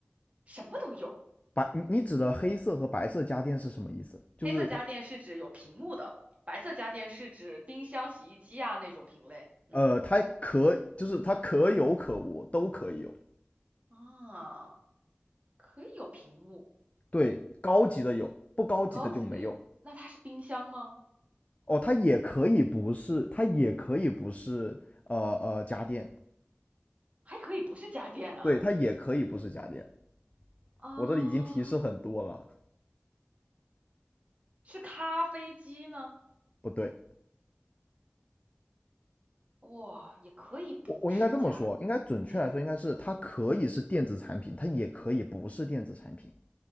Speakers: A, on the right; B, on the left.
A: 什么都有。
B: 白，你你指的黑色和白色家电是什么意思？就是它
A: 黑色家电是指有屏幕的，白色家电是指冰箱、洗衣机啊那种品类。嗯，
B: 呃，它可就是它可有可无，都可以有。
A: 啊，可以有屏幕，
B: 对，高级的有，不高级的就没有。
A: 高级的有。那它是冰箱吗？
B: 哦，它也可以不是，它也可以不是，呃呃，家电。
A: 还可以不是家电啊？
B: 对，它也可以不是家电。
A: 啊。
B: 我这里已经提示很多了，
A: 是咖啡机吗？
B: 不对，
A: 哇，也可以不是家
B: 我我应该这么说，应该准确来说应该是它可以是电子产品，
A: 电，
B: 它也可以不是电子产品。